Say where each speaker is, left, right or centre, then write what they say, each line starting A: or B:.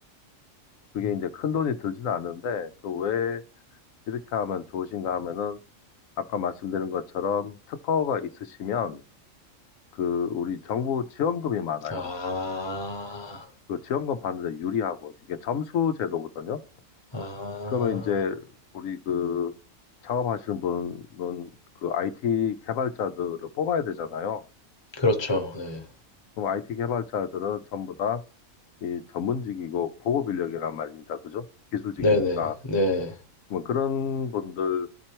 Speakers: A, on the left; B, on the left.
A: 그게
B: 음.
A: 이제 큰 돈이 들지는 않는데 그 왜 이렇게 하면 좋으신가 하면은 아까 말씀드린 것처럼 특허가 있으시면 그 우리 정부 지원금이 많아요.
B: 아,
A: 그 지원금 받는 데 유리하고 이게 점수 제도거든요.
B: 아,
A: 그러면 이제 우리 그 창업하시는 분은 그 IT 개발자들을 뽑아야 되잖아요.
B: 그렇죠. 네,
A: 그럼 IT 개발자들은 전부 다 이 전문직이고 고급 인력이란 말입니다. 그죠? 기술직이니까.
B: 네네, 네.
A: 뭐 그런 분들